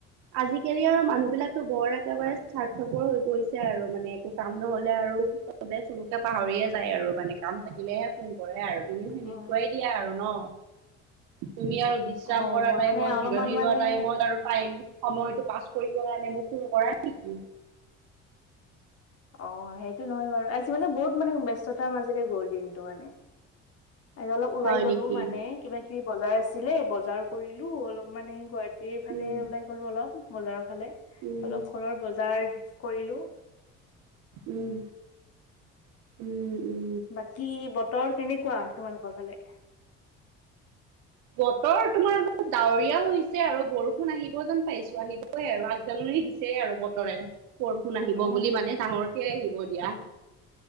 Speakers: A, on the right (about 80°); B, on the left (about 55°).
A: আজিকালি আৰু মানুহ বিলাকো বৰ একেবাৰে স্বাৰ্থপৰ হৈ পৰিছে আৰু মানে একো কাম নহলে আৰু চবে চবকে পাহৰিয়ে যায় আৰু মানে কাম থাকিলেহে ফোন কৰে আৰু তুমিও সেনেকুৱাই
B: উম,
A: দিয়া আৰু ন তুমি আৰু বিশ্ৰাম
B: অ'
A: কৰা
B: মই
A: টাইমত
B: মানে অলপমান
A: জিৰণি
B: মানে
A: লোৱা টাইমত পিছত আৰু টাইম সময়টো পাছ কৰিব কাৰণে মোক ফোন কৰা নেকি
B: অহ সেইটো নহয় বাৰু আজি মানে বহুত মানে ব্যস্ততাৰ মাজেৰে গ'ল দিনটো মানে আজি অলপ ওলাই
A: হয়
B: গলো
A: নেকি?
B: মানে কিবা কিবি বজাৰ আছিলে বজাৰ কৰিলোঁ অলপ মানে গুৱাহা টী ফালে
A: উম,
B: ওলাই গলো অলপ বজাৰ ফালে
A: উম,
B: অলপ ঘৰৰ বজাৰ কৰিলোঁ
A: উম উম উম
B: বাকী বতৰ কেনেকুৱা তোমালোকৰ ফালে
A: বতৰ তোমাৰ অলপ ডাৱৰীয়া হৈছে আৰু বৰষুণ আহিব যেন পাইছোঁ আহিব আহিবই আৰু আগজানী দিছে আৰু বতৰে বৰষুণ আহিব
B: অ
A: বুলি মানে ডাঙৰকে আহিব দিয়া